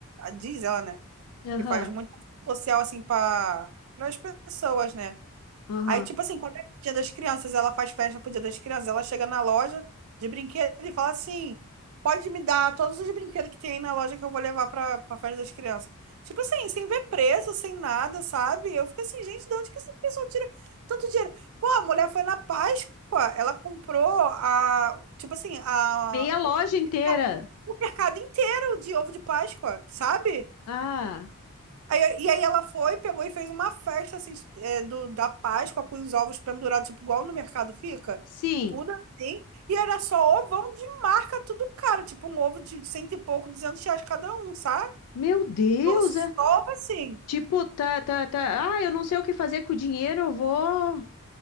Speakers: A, on the right; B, on the left.
A: Diz ela, né?
B: aham,
A: Que faz muito social assim para as pessoas, né?
B: aham.
A: Aí, tipo assim, quando é o Dia das Crianças, ela faz festa pro Dia das Crianças, ela chega na loja de brinquedo e fala assim: pode me dar todos os brinquedos que tem aí na loja que eu vou levar pra, pra festa das crianças. Tipo assim, sem ver preço, sem nada, sabe? Eu fico assim, gente, de onde que essa pessoa tira tanto dinheiro? Pô, a mulher foi na Páscoa, ela comprou a, tipo assim, a,
B: Meia loja
A: o
B: inteira.
A: merca- o mercado inteiro de ovo de Páscoa, sabe?
B: Ah,
A: Aí- e aí ela foi, pegou e fez uma festa assim, é, do, da Páscoa com os ovos pendurados, tipo, igual no mercado fica.
B: sim.
A: Tudo assim. E era só ovão de marca, tudo caro. Tipo, um ovo de cento e pouco, duzentos reais cada um, sabe?
B: Meu Deus,
A: Eu Só
B: é-
A: assim.
B: Tipo, tá, tá, tá. Ah, eu não sei o que fazer com o dinheiro, eu vou.